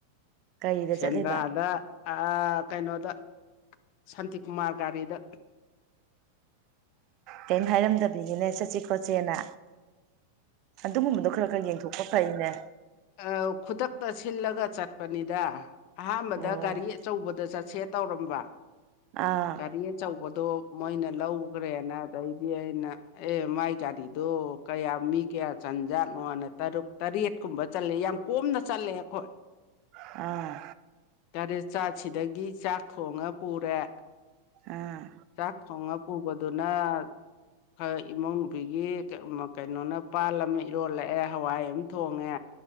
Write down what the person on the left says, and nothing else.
ꯁꯦꯟꯗ꯭ꯔꯥꯗ
ꯑ ꯀꯩꯅꯣꯗ ꯁꯥꯟꯇꯤꯀꯨꯃꯥꯔ ꯒꯥꯔꯤꯗ
ꯑ ꯈꯨꯗꯛꯇ ꯁꯤꯜꯂꯒ ꯆꯠꯄꯅꯤꯗ ꯑꯍꯥꯝꯕꯗ
ꯒꯥꯔꯤ ꯑꯆꯧꯕꯗ ꯆꯠꯁꯦ ꯇꯧꯔꯝꯕ
ꯒꯥꯔꯤ ꯑꯆꯧꯕꯗꯣ ꯃꯣꯏꯅ ꯂꯧꯒ꯭ꯔꯦꯅ ꯑꯗꯩꯗꯤ ꯑꯩꯅ ꯑꯦ ꯃꯥꯏ ꯒꯥꯔꯤꯗꯣ ꯀꯌꯥꯝ ꯃꯤ ꯀꯌꯥ ꯆꯟꯖꯥꯠꯅꯣꯅ ꯇꯔꯨꯛ ꯇꯔꯦꯠꯀꯨꯝꯕ ꯆꯜꯂꯦ ꯌꯥꯝ ꯀꯣꯝꯅ ꯆꯠꯂꯦ ꯑꯩꯈꯣꯏ
ꯇꯔꯦꯠ ꯆꯥꯛ ꯁꯤꯗꯒꯤ ꯆꯥꯛ ꯊꯣꯡꯉ ꯄꯨꯔꯦ
ꯆꯥꯛ ꯊꯣꯡꯉ ꯄꯨꯕꯗꯨꯅ ꯈꯔ ꯏꯃꯧꯅꯨꯨꯄꯤꯒꯤ ꯀꯩ ꯃꯥ ꯀꯩꯅꯣꯅ ꯄꯥꯜꯂꯞ ꯑꯃ ꯏꯔꯣꯜꯂꯛꯑꯦ ꯍꯋꯥꯏ ꯑꯃ ꯊꯣꯡꯉꯦ